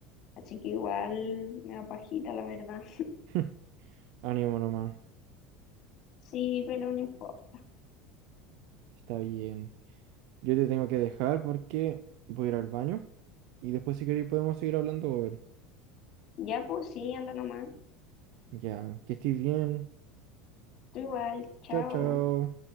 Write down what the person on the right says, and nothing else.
<laughs> ánimo nomás.
Está bien. Yo te tengo que dejar porque voy a ir al baño. Y después si queréis podemos seguir hablando,
Ya, que estés bien.
Chao, chao.